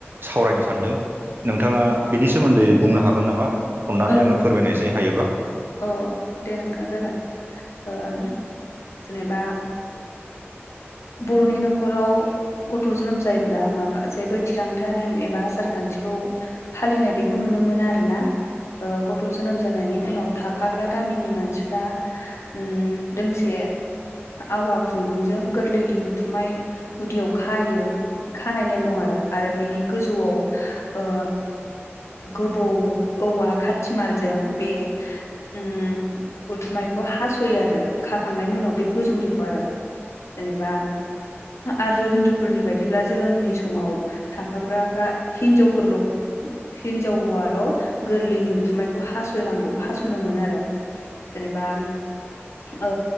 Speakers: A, on the right; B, on the left.
A: सावरायनो सानदों नोंथाङा बिनि सोमोन्दै बुंनो हागोन नामा अननानै
B: औ नोंथां
A: आंनो फोरमायनायसै हायोबा
B: अ दे नोंथाङा जागोन जेनेबा बर'नि न'खराव गथ' जोनोम जायोब्ला माबा जेबो थिरांथा नेम एबा आसारखान्थिखौ फालिनाय बेखौ नुनो मोनो आरो ना गथ' जोनोम जानायनि उनाव थाफाग्रा गामिनि मानसिफ्रा उम दोंसे आवा खुन्दुंजों गोरलैनि उथुमाय गुदियाव खायो। खानाय नेम दं आरो आरो बिनि गोजौआव ओ गोबौ औवा खाथिमालाजों बे उम उथुमायखौ हास'यो आरो खाखांनायनि उनाव बे गोजौनिखौ आरो। जेनेबा आरज' हिन्दुफोरनि बायदिब्ला जोनोमनि समाव थाफाग्राफ्रा हिनजावफोरल' हिनजावाल' गोरलैनि उथुमायखौ हास'नांगौ हास'नो मोनो आरो। जेनेबा ओ